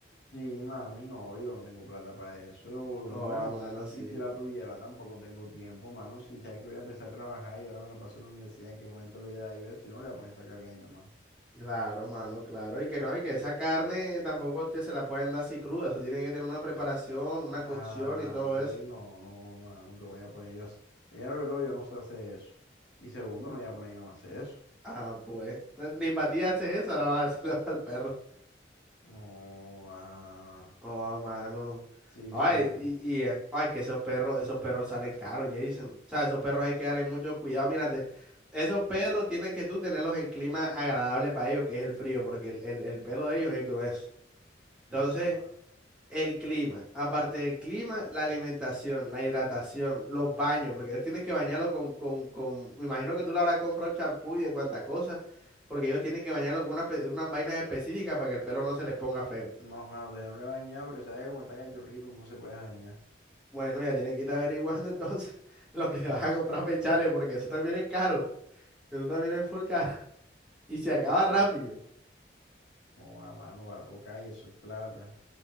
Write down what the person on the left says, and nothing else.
Sí, mano, y no, yo no tengo plata para eso. Bueno,
y si la tuviera, tampoco tengo tiempo, mano. Si sabes que voy a empezar a trabajar y ahora me la paso en la universidad, ¿en qué momento le voy a dar yo eso? Yo no le voy a poner esa carga a mi mamá.
No.
Ah,
y no, no, mano, que voy a poner yo a hacer- Primero que todo, yo no sé hacer eso. Y segundo, no voy a poner a mi mamá a hacer eso.
No, ah,
sí,
sí,
no, ah.
No, mano, todavía no le voy a dañar, pero sabes que como está cachorrito, no se puede dañar.
O
así,
ah,
sí,
sí.
No, a mano va a tocar y eso es plata.